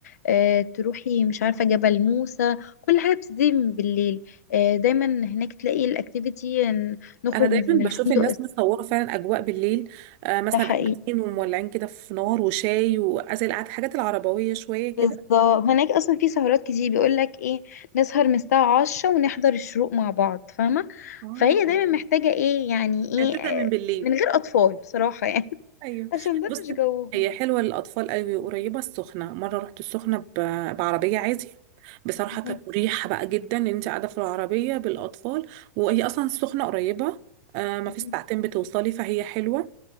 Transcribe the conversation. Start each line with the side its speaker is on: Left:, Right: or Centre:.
Left: آه تروحي مش عارفه جبل موسى كل حاجه بتبتدي من بالليل آه دايما هناك تلاقي الاكتيفيتي إن نخرج
Right: انا دايما
Left: من من الفندق
Right: بشوف الناس مصوره فعلا اجواء بالليل آه مثلا
Left: الصبح
Right: قاعدين
Left: ايه
Right: ومولعين كده في نار وشاي وازي القعده الحاجات العربويه شويه كده
Left: بالظبط هناك اصلا في سهرات كتير بيقول لك ايه نسهر من الساعه 10 ونحضر الشروق مع بعض فاهمه
Right: اه
Left: فهي دايما محتاجه ايه يعني ايه
Right: يعني بتبدا
Left: آه،
Right: من بالليل
Left: من غير اطفال بصراحه يعني
Right: ايوه
Left: عشان ده
Right: بص
Left: مش جوهم
Right: هي حلوه للاطفال قوي وقريبه السخنه مره رحت السخنه ب- بعربيه عادي بصراحه
Left: مهم.
Right: كانت مريحه بقى جدا ان انت قاعده في العربيه بالاطفال وهي اصلا السخنه قريبه آه ما
Left: مهم.
Right: في ساعتين بتوصلي فهي حلوه